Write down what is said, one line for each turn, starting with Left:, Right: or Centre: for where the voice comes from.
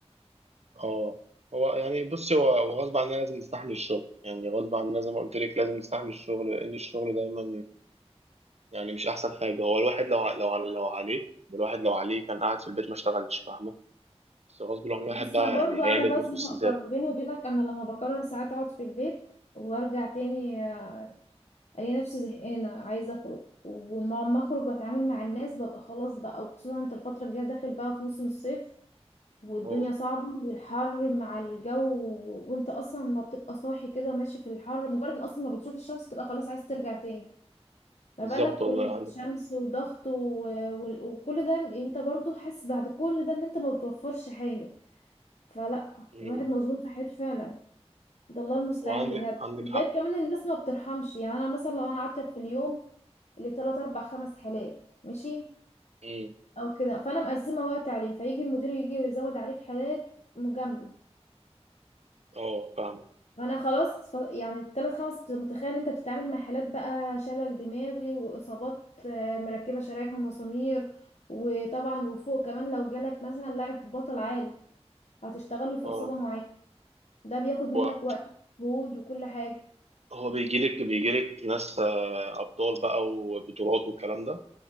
Right: اه هو يعني بص هو هو غصب عننا لازم نستحمل الشغل يعني غصب عننا زي ما قلت لك لازم نستحمل الشغل لان الشغل دايما يعني مش احسن حاجه هو الواحد لو ع- لو ع- لو عليه الواحد لو عليه كان قاعد في البيت ما اشتغلش فاهمه بس غصب عن الواحد
Left: بس
Right: بقى
Left: برضو
Right: يعني
Left: انا
Right: هيعمل
Left: بزهق
Right: إيه؟ فلوس ازاي
Left: برضو بيني وبينك انا لما بقرر ساعات اقعد في البيت وارجع تاني آه، الاقي نفسي زهقانه عايزه اخرج ولما اخرج واتعامل مع الناس ببقى خلاص بقى وخصوصا انت الفتره الجايه داخل بقى في موسم الصيف والدنيا
Right: اه
Left: صعبة والحر مع الجو و- وانت اصلا ما بتبقى صاحي كده ماشي في الحر مجرد ما اصلا ما بتشوف الشمس تبقى خلاص عايز ترجع تاني ما
Right: بالظبط
Left: بالك
Right: والله
Left: كل ده
Right: عندك
Left: شمس
Right: حق
Left: وضغط و... و... وكل ده انت برضو حاسس بعد كل ده ان انت ما بتوفرش حاجة فلا
Right: امم
Left: الواحد مظلوم في حياته فعلا ده الله المستعان
Right: وعندك
Left: بجد
Right: عندك حق
Left: غير كمان الناس ما بترحمش يعني انا مثلا لو انا قعدت في اليوم اللي تلات اربع خمس حالات ماشي
Right: امم
Left: او كده فانا مقسمة وقت عليه فيجي المدير يجي ويزود عليك حالات مجاملة
Right: اه فاهم
Left: انا خلاص ف... يعني الثلاث خمس أنت متخيل انت بتتعامل مع حالات بقى شلل دماغي واصابات آه، مركبه شرايح ومسامير وطبعا وفوق كمان لو جالك مثلا لاعب بطل عالم هتشتغل له في
Right: اه
Left: اصابه معينه ده بياخد منك
Right: هو
Left: وقت ومجهود وكل حاجه
Right: هو بيجي لك بيجي لك ناس آه، ابطال بقى وبطولات والكلام ده